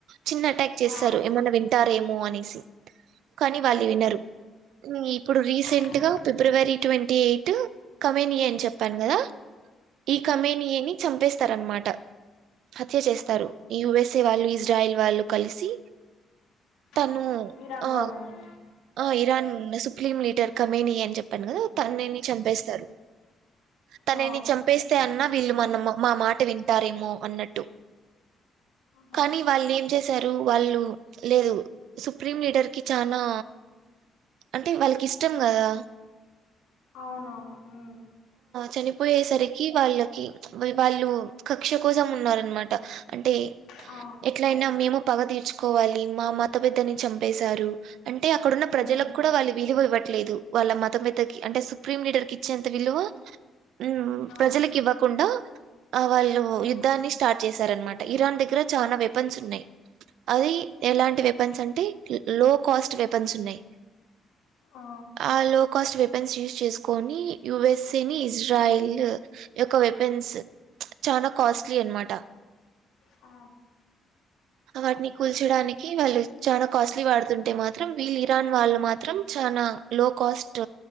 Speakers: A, on the right (about 80°); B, on the left (about 85°).
A: చిన్న అటాక్ చేసేసారు.
B: ఆ ఉమ్
A: ఏమన్నా వింటారేమో అని. సి. కానీ వాళ్లు వినరు? హ్మ్మ్, ఇప్పుడు రీసెంట్
B: ఆ
A: గా. ఫిబ్రవరి ట్వంటీ- ఎయిట్ కమన్ చెప్పాను
B: ఉమ్
A: కదా? ఈ
B: ఉమ్
A: కమేనియన్ ని చంపేస్తారనమాట. హత్య చేస్తారు.
B: ఆహా
A: ఈ యుఎస్ఏ వాళ్లు, ఇజ్రాయెల్ వాళ్లు కలిసి. తను
B: ఆ ఇరాన్
A: ఆ
B: వాళ్లనే.
A: ఆ ఇరాన్ మీ సుప్లిమ్ లీడర్, కమేనియన్ అని చెప్పాను కదా? తాననీ. చంపేస్తారు! తనని
B: ఆ
A: చంపేస్తే, అన్నా. వీళ్లు మన మ, మా మాట వింటారేమో అన్నట్టు.
B: అ
A: కానీ వాళ్ ఏమ్ చేశారు వాళ్ళు లేదు సుప్రీం లీడర్ కి చానా అంటే వాళ్ళకి ఇష్టం గదా
B: అవును అవును
A: చనిపోయేసరికి వాళ్ళకి మర్ వాళ్ళు కక్ష కోసం ఉన్నార అన్ మాట అంటే
B: ఆ
A: ఎట్ల అయినా మేము పగ తీర్చుకోవాలి మా మత పెద్దని చంపేశారు అంట్ అంటే అక్కడున్న ప్రజలకు
B: ఉమ్
A: కూడా వాళ్ళు విలువ ఇవ్వట్లేదు వాళ్ళ మతందకి అంటే సుప్రీం లీడర్ కి ఇచ్చేంత విలువ ఉమ్
B: ఆ
A: ప్రజలకి ఇవ్వకుండా ఆ వాళ్ళు
B: ఉమ్
A: యుద్ధాన్ని స్టార్ట్ చేశార్ అన్ మాట ఇరాన్ దగ్గర చాలా వెపన్స్ ఉన్నాయి అది ఎలాంటి వెపన్స్ అంటే లో కాస్ట్ వెపన్స్ ఉన్నాయి
B: ఆ
A: ఆ లో కాస్ట్ వెపెన్స్ యూస్ చేసుకొని యుఎస్ఏ ని ఇజ్రాయిల్ యొక్క వెపన్ వేన్స్ చాల కాస్ట్లీ అన్ మాట
B: ఆ
A: వాట్ని కూల్చడానికి వాళ్ళు చాలా కాస్ట్లీ వాడుతు ఉంటే మా త్రం వీళ్ళు ఇరాన్ వాళ్ళు మాత్రం చాలా లో కాస్ట్